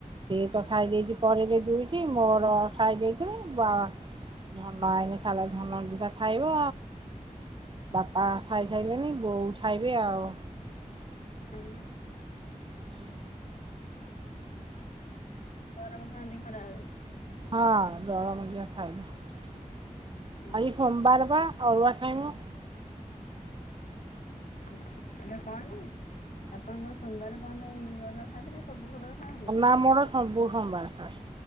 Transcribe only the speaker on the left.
ଆଜ୍ଞା।
ଗରମ ଖାଆନ୍ତି ଖରାବେଳେ।
ହୁଁ
ଆଜ୍ଞା। ହେଲେ କଣ କି? ଆପଣଙ୍କର ସୋମବାର କଣ ପାଇଁ ଅରୁଆ ଖାଆନ୍ତି ନା ସବୁ ଖବର। ଖାଆନ୍ତି?